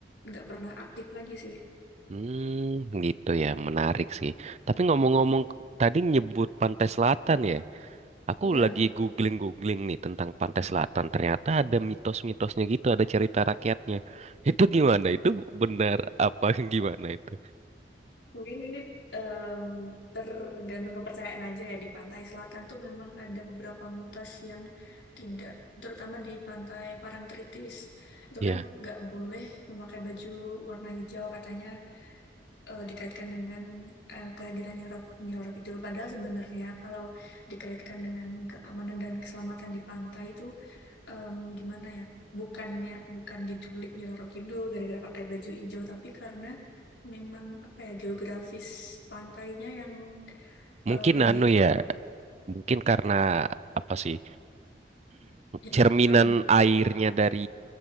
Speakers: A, on the left; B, on the right.
A: nggak pernah aktif lagi sih.
B: Hmm, gitu ya. Menarik sih. Tapi ngomong-ngomong, tadi nyebut Pantai Selatan ya. Aku
A: Iya,
B: lagi
A: benar.
B: googling-googling nih tentang Pantai Selatan. Ternyata ada mitos-mitosnya gitu, ada cerita rakyatnya. <laughs> Itu gimana? Itu benar apa <laughs> gimana itu?
A: Mungkin ini em, tergantung kepercayaan aja ya di pantai selatan tuh memang ada beberapa mitos yang tidak terutama di pantai Parangtritis itu
B: Ya,
A: kan nggak boleh memakai baju warna hijau katanya eh, dikaitkan dengan eh, kehadiran Nyi Roro Nyi Roro Kidul padahal sebenarnya kalau dikaitkan dengan keamanan dan keselamatan di pantai itu em, gimana ya bukannya bukan diculik Nyi Roro Kidul gara-gara pakai baju hijau tapi karena memang apa ya geografis pantainya yang
B: mungkin
A: em,
B: anu
A: dik
B: ya,
A: apa ya
B: mungkin karena apa sih?
A: yang
B: Cerminan
A: curam gitu
B: airnya dari